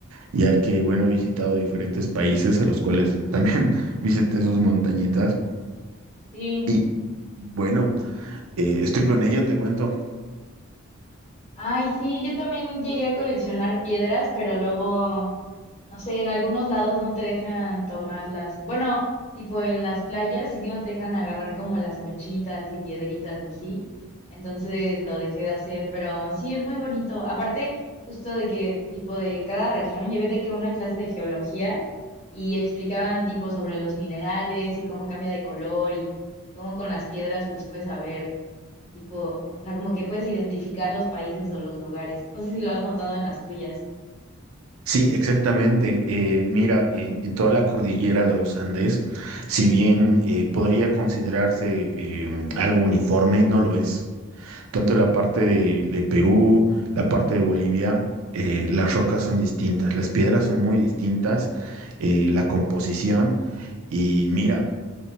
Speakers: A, on the right; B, on the left.
A: ya que, bueno, he visitado diferentes países a los cuales también <laughs> visité sus montañitas.
B: Sí.
A: Y bueno, eh, estoy con ello, te cuento.
B: Ay, sí, yo también llegué a coleccionar piedras, pero luego. No sé, en algunos lados no te dejan tomarlas. Bueno, tipo en las playas, sé que no te dejan agarrar como las conchitas y piedritas así. Entonces lo dejé de hacer, pero sí es muy bonito. Aparte, justo de que tipo de cada región, llevé de que una clase de geología y explicaban tipo sobre los minerales y cómo cambia de color y cómo con las piedras pues puedes saber, tipo, o sea, como que puedes identificar los países o los lugares. No sé si lo has notado en las tuyas.
A: Sí, exactamente. eh, mira, en, en toda la cordillera de los Andes, si bien eh, podría considerarse eh, algo uniforme, no lo es. Tanto la parte de, de Perú, la parte de Bolivia, eh, las rocas son distintas, las piedras son muy distintas, eh, la composición. Y mira,